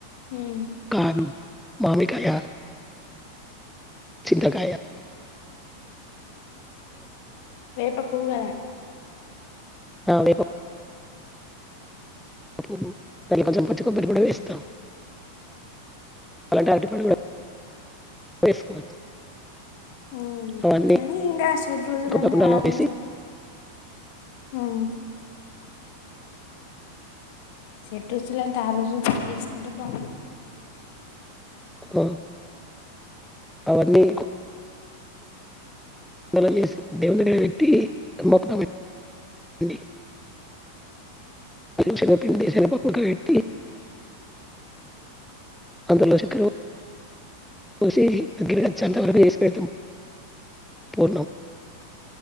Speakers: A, on the left; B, in the centre.
A: మ్మ్
B: కారం, మామిడికాయ చింత కాయ
A: వేప పూవు గద
B: అ వేప పూ పువ్వు కొంచెం పచ్చి కొబ్బరి కూడా వేస్తాం అలాంటి అరటి పండు కూడా వేసుకోవచ్చు
A: హ్మ్
B: అవన్నీ
A: కానీ ఇంకా షడ్రుచులు
B: కొత్త
A: అంటే
B: కుండలో
A: ఆరు
B: వేసి
A: రుచులు హ్మ్ షడ్రుచులు అంటే ఆరు రుచులు గా చేసుకుంటే బా
B: ఆ అవన్ని <unintelligible> సగం పిండకి స్వల్ప పక్క పెట్టి అందులో శక్కర పోసి దగ్గరికి వచ్చేంతవరకు వేసి పెడతాం పూన్నాం